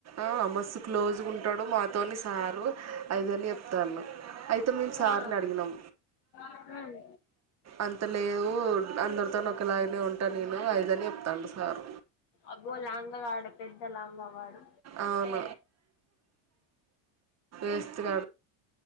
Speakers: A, on the right; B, on the left.
A: ఆ మసు క్లోజ్ గుంటడు మాతోని సారు అదని చెప్తాను అయి మొత్తమ్ మేం సార్ని
B: ఆ
A: అడిగినాం
B: ఉమ్
A: అంతలేదు హమ్ అందరితోను ఒక లాగనే ఉంటాడు నేను రాయిదని చెప్తాడు సార్
B: అబ్బో లాంగ గాడు పెద్ద లాంగ వాడు
A: అవును తెస్తివ